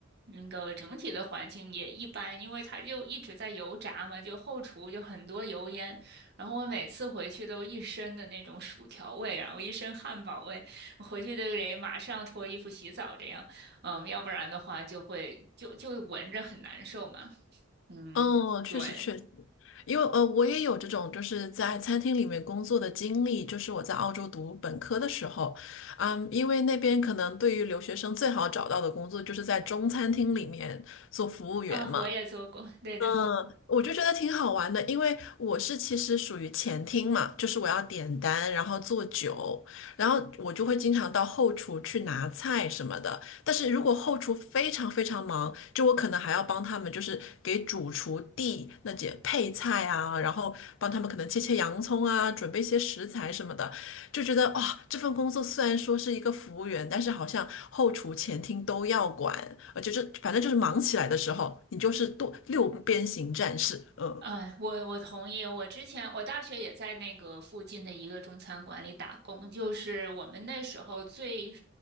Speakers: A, on the right; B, on the left.
A: 那个整体的环境也一般，因为它就一直在油炸嘛，就后厨就很多油烟，然后我每次回去都一身的那种薯条味，然后一身汉堡味，回去都得马上脱衣服洗澡这样，嗯，要不然的话就会就就闻着很难受嘛，嗯，
B: 嗯，确实确实，
A: 对。
B: 因为呃，我也有这种就是在餐厅里面工作的经历，就是我在澳洲读本科的时候，嗯，因为那边可能对于留学生最好找到的工作就是在中餐厅里面做服务员嘛，
A: 啊，我也做过，对的。
B: 嗯，我就觉得挺好玩的，因为我是其实属于前厅嘛，就是我要点单，然后做酒，然后我就会经常到后厨去拿菜什么的。但是如果后厨非常非常忙，就我可能还要帮他们，就是给主厨递那些配菜啊，然后帮他们可能切切洋葱啊，准备一些食材什么的。就觉得啊、这份工作虽然说是一个服务员，但是好像后厨、前厅都要管，呃，就是反正就是忙起来的时候，你就是多六边形战士。嗯，
A: 啊，我我同意。我之前我大学也在那个附近的一个中餐馆里打工，就是我们那时候最，